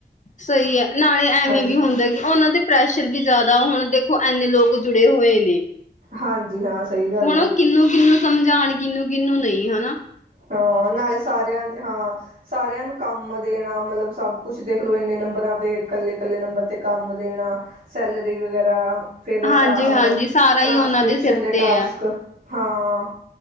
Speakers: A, on the left (about 45°); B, on the right (about 50°).
A: ਸਹੀ ਏ, ਨਾਲੇ ਐਵੇਂ
B: ਹਜੇ
A: ਵੀ ਹੁੰਦਾ ਕਿ ਉਹਨਾਂ ਦੇ ਪ੍ਰੈਸ਼ਰ ਵੀ ਜ਼ਿਆਦਾ ਜਿਦਾ ਹੁਣ ਦੇਖੋ ਇੰਨੇ ਲੋਕ ਜੁੜੇ ਹੋਏ ਨੇ।
B: ਹਾਂਜੀ, ਹਾਂ। ਸਹੀ ਗੱਲ
A: ਹੁਣ
B: ਆ
A: ਉਹ ਕਿਨੂੰ, ਕਿਨੂੰ ਸਮਝਾਣ ਕਿਹਨੂੰ ਕਿਹਨੂੰ ਨਹੀਂ, ਹੇਨਾ।
B: ਹਾਂ ਨਾਲੇ ਸਾਰਿਆਂ ਦੇ ਹਾਂ। ਸਾਰਿਆਂ ਨੂੰ ਕੰਮ ਦੇਣਾ ਮਤਲਬ ਸਭ ਕੁਛ ਦੇਖ ਲਓ ਇੰਨੇ ਨੰਬਰਾਂ ਤੇ ਕੱਲੇ, ਕੱਲੇ ਨੰਬਰ ਤੇ ਕੰਮ ਦੇਣਾ ਸੈਲਰੀ ਵਗੈਰਾ ਫੇਰ ਉਹ
A: ਹਾਂਜੀ-ਹਾਂਜੀ
B: ਟਾ ਉਹ
A: ਸਾਰਾ
B: ਟ੍ਰਾਂਸਕ੍ਰਿਪਸ਼ਨ
A: ਹੀ ਉਹਨਾਂ ਸਿਰ
B: ਦੇ
A: ਤੇ
B: ਟਾਸਕ
A: ਹੈ
B: ਹਾਂ